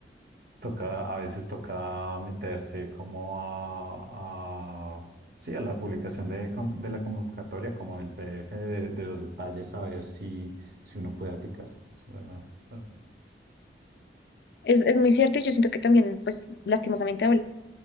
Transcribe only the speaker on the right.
toca, a veces toca meterse como a, a- sí, a la publicación de, con- de la convocatoria, como el PDF de, de los detalles, a ver si, si uno puede aplicar. O sea, bueno.